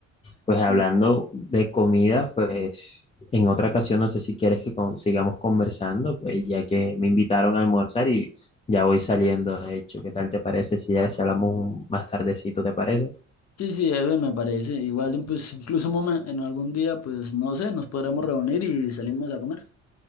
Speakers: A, on the left (about 20°); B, on the left (about 55°).
A: Pues
B: Sí,
A: hablando de comida, pues en otra ocasión, no sé si quieres que con- sigamos conversando, pues ya que me invitaron a almorzar y ya voy saliendo, de hecho. ¿Qué tal te parece si ya si hablamos un- más tardecito, te parece?
B: sí, sí, Eben, me parece. Igual, pues incluso momen- en algún día, pues no sé, nos podremos reunir y salimos a comer.